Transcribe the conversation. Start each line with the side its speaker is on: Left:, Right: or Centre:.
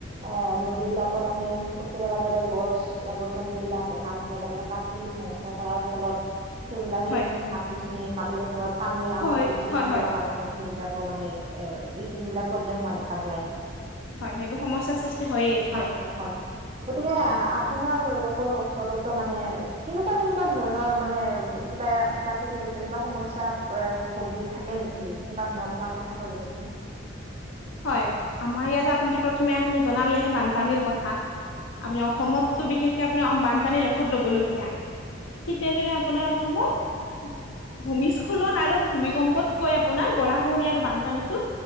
Right: আ, নদী বিলাক ত আমি ওচৰে পাজৰে গছ গছনি বিলাক মানুহে তাৰমানে কাটি ধ্বংস কৰাৰ ফলত। সেইবিলাক
Left: হয়
Right: সেই মাটিখিনি মাটিডোখৰত পানী অহা
Left: হয়
Right: বেছি
Left: হয়
Right: বাঢ়ি
Left: হয়
Right: অহাৰ ফলত সেইবিলাকৰ মানে এ সেইবিলাক প্ৰব্লেম হোৱা দেখা যায়।
Left: হয়, সেইবোৰ সমস্যাৰ সৃষ্টি হয়েই হয়।
Right: হয়, হয়, হয়। গতিকে আপোনাৰ লোকৰ ওচৰতো মানে কেনেকুৱা কেনেকুৱা ধৰণৰ মানে কিবা প্ৰাকৃতিক দুৰ্যোগ কিবা সমস্যাত এ ভুগি থাকে নেকি তেনেকুৱা ধৰণৰ অকমান কথা কৈ দিবচোন?
Left: হয়, আমাৰ ইয়াতে আপুনিতো প্ৰথমে আপুনি জনালে বানপানীৰ কথা। আপুনি অসমততো বিশেষকে আপোনাৰ বানপানীৰ লেখত লবলগীয়া ঠিক তেনেধৰণে। আপোনাৰ অসমত। ভূমিস্খলন আৰু ভূমিকম্পতকৈ আপোনাৰ গৰা খহনীয়া আৰু বানপানীতো